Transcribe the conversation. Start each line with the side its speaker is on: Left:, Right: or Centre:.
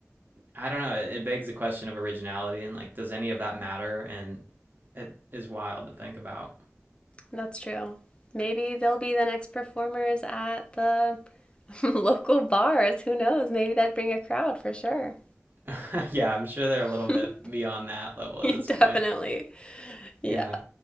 Right: I don't know. It, it begs the question of originality and like, does any of that matter? And it is wild to think about.
Left: that's true. Maybe they'll be the next performers at the <laughs> local bars. Who knows? Maybe that'd bring a crowd for sure.
Right: <laughs> yeah, I'm sure they're a
Left: <laughs>
Right: little bit beyond that level at this
Left: definitely.
Right: point.
Left: Yeah.
Right: Yeah.